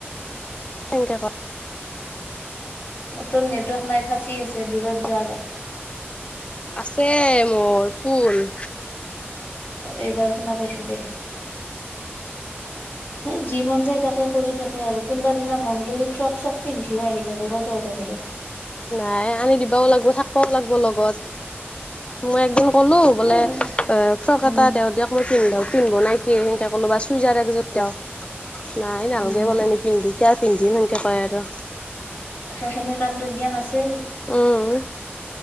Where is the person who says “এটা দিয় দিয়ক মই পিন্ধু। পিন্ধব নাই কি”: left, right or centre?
Left